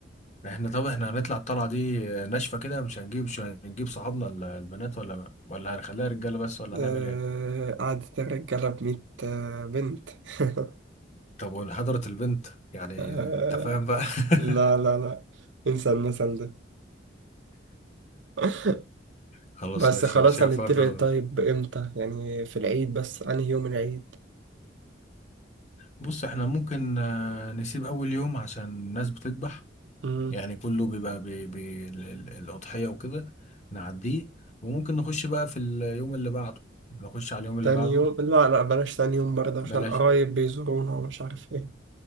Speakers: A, on the left; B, on the right.
A: احنا طب احنا هنطلع الطلعة دي ناشفة كده مش هنجيب مش هنجيب صحابنا ال- البنات ولا ولا هنخليها رجالة بس ولا هنعمل
B: آه.
A: ايه
B: قعدت الرجالة بميت آه. بنت <laughs>
A: طب وحضرت البنت يعني
B: آه.
A: انت فاهم بقى
B: لا
A: <laughs>
B: لا لا انسى المثل ده <laughs>
A: خلاص
B: بس
A: ماشي
B: خلاص
A: انا شايف
B: هنتفق
A: برضه
B: طيب امتى يعني في العيد بس انهي يوم العيد
A: بص احنا ممكن آه، نسيب اول يوم عشان الناس بتذبح
B: آه.
A: يعني كله بيبقى بي بي ال- ال- الأضحية وكده نعديه وممكن نخش بقى في اليوم اللي بعده نخش على اليوم اللي
B: تاني
A: بعده
B: يوم لا لا بلاش تاني يوم برضه عشان
A: بلاش
B: قرايب بيزورونا ومش عارف ايه